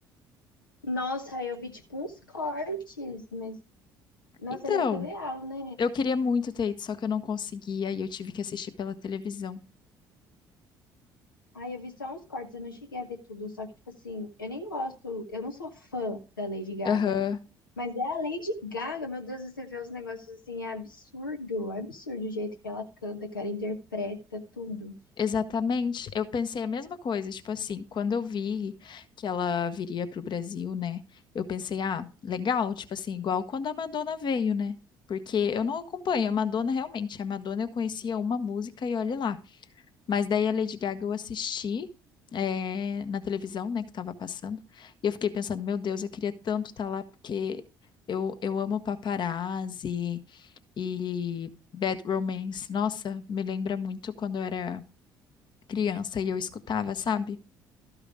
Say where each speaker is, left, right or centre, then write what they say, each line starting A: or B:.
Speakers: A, on the left; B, on the left.
A: Nossa, eu vi tipo uns cortes, mas nossa,
B: Então,
A: ele é surreal, né?
B: eu queria muito ter ido, só que eu não consegui, aí eu tive que assistir pela televisão.
A: Ai, eu vi só uns cortes, eu não cheguei a ver tudo, só que tipo assim, eu nem gosto, eu não sou fã da Lady Gaga,
B: Aham.
A: mas é a Lady Gaga, meu Deus, você vê os negócios assim, é absurdo, é absurdo o jeito que ela canta, que ela interpreta tudo.
B: Exatamente, eu pensei a mesma coisa, tipo assim, quando eu vi que ela viria pro Brasil, né? Eu pensei, ah, legal, tipo assim, igual quando a Madonna veio, né? Porque eu não acompanho a Madonna realmente. A Madonna eu conhecia uma música e olhe lá. Mas daí a Lady Gaga eu assisti eh, na televisão, né, que tava passando. E eu fiquei pensando, meu Deus, eu queria tanto estar lá porque eu, eu amo paparazzi e Bad Romance. Nossa, me lembra muito quando eu era criança e eu escutava, sabe?